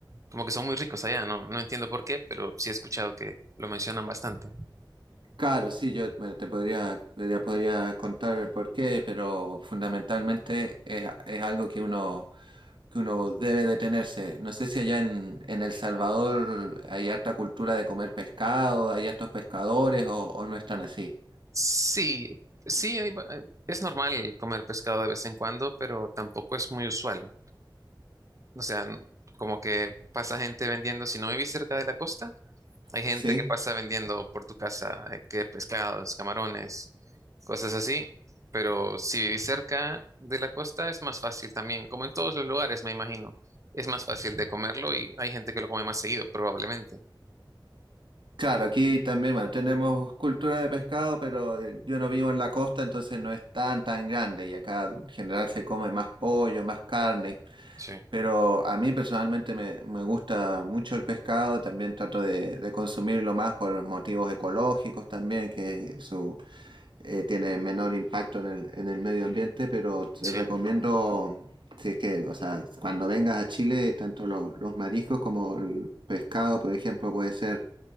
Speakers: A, on the right (about 40°); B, on the right (about 75°).
A: como que son muy ricos allá, no, no entiendo por qué, pero sí he escuchado que lo mencionan bastante.
B: Claro, sí, yo bueno, te podría, te podría contar el porqué, pero fundamentalmente es es algo que uno que uno debe detenerse. No sé si allá en, en El Salvador hay harta cultura de comer pescado, hay hartos pescadores o, o no están así.
A: Sí, sí, hay ba- es normal comer pescado de vez en cuando, pero tampoco es muy usual. O sea, n- como que pasa gente vendiendo, si no vivís cerca de la costa, Hay gente
B: Sí.
A: que pasa vendiendo por tu casa, eh, que pescados, camarones, cosas así. Pero si vivís cerca de la costa es más fácil también, como en todos los lugares, me imagino. Es más fácil de comerlo y hay gente que lo come más seguido, probablemente.
B: Claro, aquí también, bueno, tenemos cultura de pescado, pero eh, yo no vivo en la costa, entonces no es tan tan grande y acá en general se come más pollo, más carne.
A: Sí,
B: Pero a mí personalmente me, me gusta mucho el pescado, también trato de, de consumirlo más por motivos ecológicos también, que su, eh, tiene menor impacto en el, en el medio ambiente, pero te
A: sí.
B: recomiendo, si es que, o sea, cuando vengas a Chile, tanto lo- los mariscos como el pescado, por ejemplo, puede ser